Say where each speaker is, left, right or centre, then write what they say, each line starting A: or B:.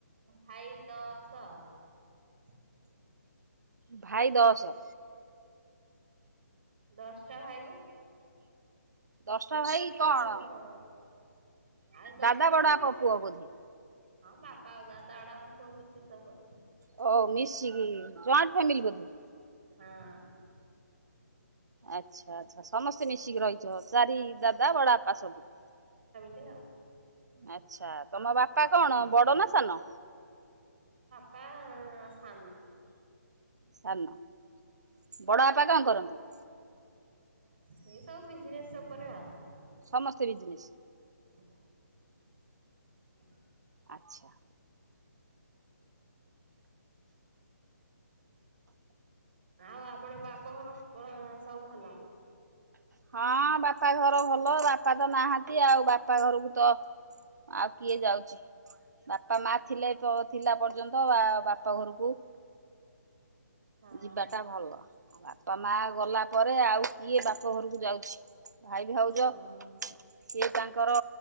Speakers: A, on the right (about 35°); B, on the right (about 80°).
A: ଭାଇ ଦଶ ଆଉ।
B: ଭାଇ ଦଶ।
A: ଦଶଟା ଖାଇବେ।
B: ଦଶଟା
A: ବିଶ
B: ଭାଇ
A: ଚାସେ
B: କଣ
A: ହଁ- ଆଉ ଦଶ
B: ଦାଦା
A: ଜଣ
B: ବଡଆ
A: ବିଶ୍ଵାସ
B: ପ ପୁଅ
A: କର
B: ବୋଧି-
A: ହଁ ବାପା ହଉ ଦଡା ବାଖ ଖୁସି ସବୁ-
B: ହଉ ମିଶିକି ଜଏଣ୍ଟ ଫ୍ୟାମିଲି ବୋଧେ-
A: ହଁ-
B: ଆଚ୍ଛା ଆଚ୍ଛା ସମସ୍ତେ ମିଶିକି ରହିଛ ଚାରି ଦାଦା ବଡ ବାପା ସବୁ-
A: ଆ-
B: ଅଚ୍ଛା ତମ ବାପା କଣ ବଡ ନା- ସାନ-
A: ପ ଆସାନ-
B: ସାର ନ ବଡ ବାପା କଣ କରନ୍ତି-
A: ସେ ସବୁ ବିଜନେସ ଉପରେ ଆଉ-
B: ସମସ୍ତେ ବିଜନିସ୍-
A: <inaudible>
B: ଆଚ୍ଛା
A: ଆଉ ଆପଣ ବାପ ଘର ସବୁ ଭଲ-
B: ହଁ ବାପାଘର ଭଲ- ଭଲ ବାପା ତ ନାହାନ୍ତି ଆଉ ବାପା ଘରକୁ- ତ ଆଉ କିଏ ଯାଉଛି- ବାପା ମା ଥିଲେ ଥିଲା ପର୍ଯ୍ୟନ୍ତ ଆ ବାପା- ତ ଘରକୁ-
A: ହଁ
B: ଯିବା ଟା ଭଲ ଆବା- ବାପା ମା ଗଲା ପରେ ଆଉ କିଏ ବାପା- ସହୋହରକୁ ଯାଉଛି- ଭାଇ ବି ହଉଛ
A: ହଁ
B: କିଏ- ତାଙ୍କର